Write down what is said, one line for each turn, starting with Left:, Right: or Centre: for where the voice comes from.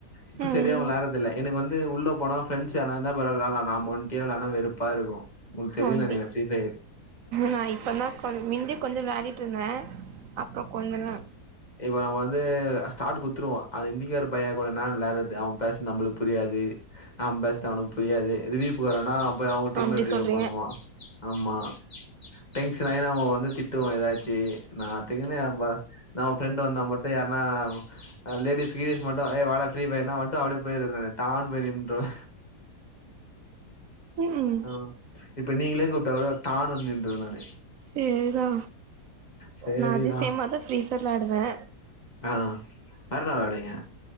Left: இப்ப
Right: ம்
Left: செரியாவு வெளாட்றது இல்ல எனக்கு வந்து உள்ள போனா ஃப்ரெண்ட்ஸ் யார்னா இருந்தா பரவால்ல விளால்லா நாம ஒண்டியா வெளான்னா வெறுப்பா இருக்கு உங்ளுக்கு தெரில
Right: அப்டி
Left: நெனக்கிறே ஃப்ரீஃபையரு
Right: நா இப்பதா கொஞ் மிந்தி கொஞ்சோ விளாடிட்டு இருந்தே அப்றோ கொஞ்சோ தா
Left: இப்போ நம்ம வந்து ஸ்டார்ட் குடுத்துருவோ அந்த இந்திக்கார பையேக்கூட ன்னா வெளாட்றது அவே பேசறது நம்மளுக்கு புரியாது நம்ம பேஸ்து அவனுக்கு புரியாது ரிவியூக்குறான்னா போயி அவுங்க டீம்ம
Right: அப்டி
Left: ரிவியூ
Right: சொல்றீங்க
Left: பண்ணுவா ஆமா டென்ஷன் ஆயி நம்மோ வந்து திட்டுவோ ஏதாச்சி ன்னாத்துக்கு நம்ம நம்ம ஃப்ரெண்ட் வந்தா மட்டு யார்ன்னா லேடிஸ் கீடிஸ் மட்டு ஏய் வாடா ஃப்ரீ ஃபையர்னா மட்டு அப்டியே போயிட்றது நானு டான்னு போய் நின்றுவே
Right: ம் ம்
Left: அ இப்ப நீங்களே கூப்ட்டா கூடோ டான்னு வந்து நின்றுவே நானு
Right: சேர்ரா
Left: சேரிதான்
Right: நா அதிசயமா தா ஃப்ரீஃபையர் வெளாடுவே
Left: அ வேறென்னா வெளாடுவீங்க